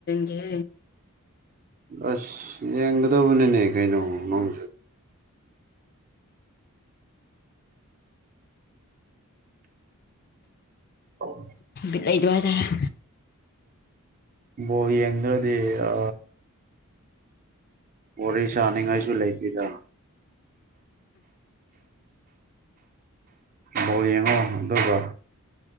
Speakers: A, on the left (about 45°); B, on the right (about 40°).
A: ꯒꯦ
B: ꯑꯁ ꯌꯦꯡꯒꯗꯧꯕꯅꯤꯅꯦ ꯀꯩꯅꯣ ꯅꯪ ꯑꯣ
A: ꯂꯩꯗꯨ ꯋꯥ ꯇꯔꯦ
B: ꯣ ꯌꯦꯗꯤ ꯑ ꯋꯥꯔꯤ ꯁꯥꯅꯤꯡꯉꯥꯏꯁꯨ ꯂꯩꯇꯦꯗ ꯕꯥꯎꯜ ꯌꯦꯡꯉꯣ ꯑꯗꯨꯒ